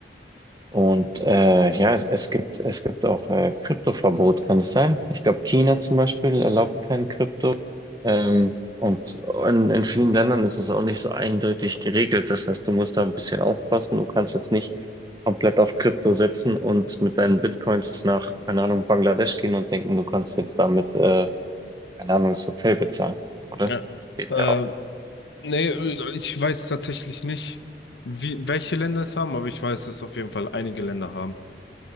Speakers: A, on the right; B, on the left.
A: und äh, ja, es, es gibt, es gibt auch äh, Kryptoverbot, kann es sein? Ich glaube, China zum Beispiel erlaubt kein Krypto. Ähm, und in, in vielen Ländern ist es auch nicht so eindeutig geregelt. Das heißt, du musst da ein bisschen aufpassen. Du kannst jetzt nicht komplett auf Krypto setzen und mit deinen Bitcoins nach, keine Ahnung, Bangladesch gehen und denken, du kannst jetzt damit, äh, keine Ahnung, das Hotel bezahlen, oder?
B: Ja.
A: Das geht
B: Äh,
A: ja auch.
B: nee, ich weiß tatsächlich nicht, wie, welche Länder es haben, aber ich weiß, dass auf jeden Fall einige Länder haben.